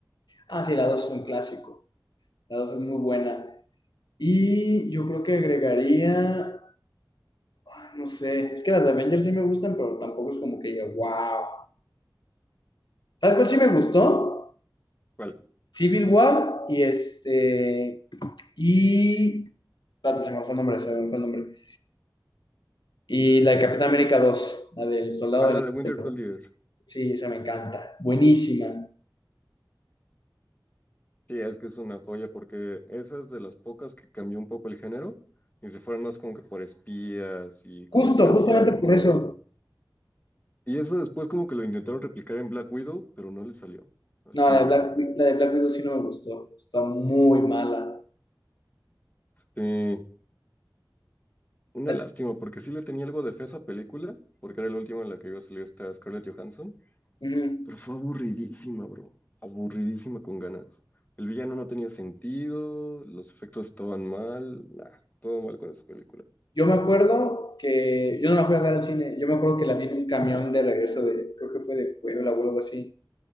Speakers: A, on the left; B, on the left.
A: Ah, sí, la 2 es un clásico. La 2 es muy buena. Y yo creo que agregaría, ah, no sé, es que las de Avengers sí me gustan, pero tampoco es como que diga, wow. ¿Sabes cuál sí me gustó?
B: ¿Cuál?
A: Civil War y este, y, espérate, se me fue el nombre, se me fue el nombre. Y la de Capitán América dos la del Soldado
B: Ah, la
A: del
B: de Winter
A: Invierno.
B: Soldier.
A: Sí, esa me encanta, buenísima.
B: Sí, es que es una joya porque esa es de las pocas que cambió un poco el género y se fueron más como que por espías y conspiraciones
A: Justo, justamente por
B: y
A: eso.
B: eso. Y eso después como que lo intentaron replicar en Black Widow, pero no le salió al
A: No,
B: chileno.
A: la de Black, Wi- la de Black Widow sí no me gustó, está muy mala.
B: Sí. Una
A: La-
B: lástima, porque sí le tenía algo de fe a esa película, porque era la última en la que iba a salir esta Scarlett Johansson,
A: Ujú.
B: pero fue aburridísima, bro. Aburridísima con ganas. El villano no tenía sentido, los efectos estaban mal, nah, todo mal con esa película.
A: Yo me acuerdo que yo no la fui a ver al cine, yo me acuerdo que la vi en un camión de regreso de, creo que fue de Puebla o algo así.